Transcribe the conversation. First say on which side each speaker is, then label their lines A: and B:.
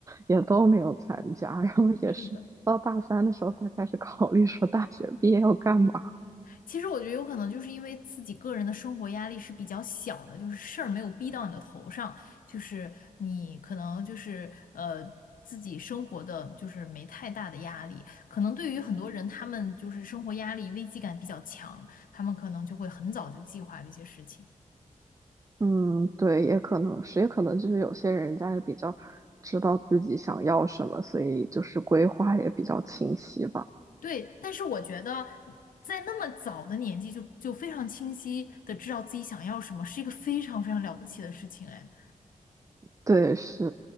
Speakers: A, on the right; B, on the left.
A: 也都没有参加，然后也是到大三的时候才开始考虑说大学毕业要干嘛。
B: 是的。其实我觉得有可能就是因为自己个人的生活压力是比较小的，就是事儿没有逼到你的头上，就是你可能就是呃自己生活的就是没太大的压力。可能对于很多人，他们就是生活压力危机感比较强，他们可能就会很早就计划这些事情。
A: 嗯，对，也可能是，也可能就是有些人家也比较知道自己想要什么，所以就是规划也比较清晰吧。
B: 对，但是我觉得在那么早的年纪就就非常清晰的知道自己想要什么，是一个非常非常了不起的事情，哎。
A: 对，是，